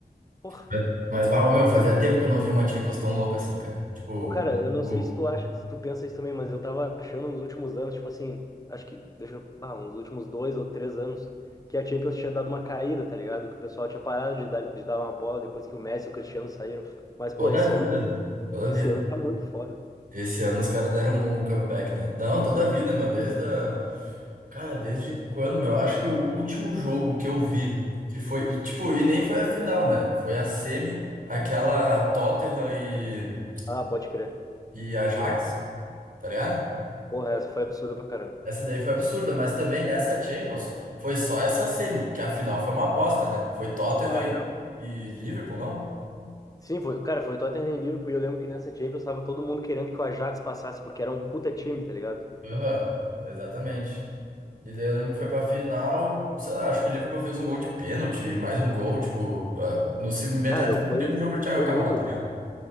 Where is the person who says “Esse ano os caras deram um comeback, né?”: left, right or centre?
Right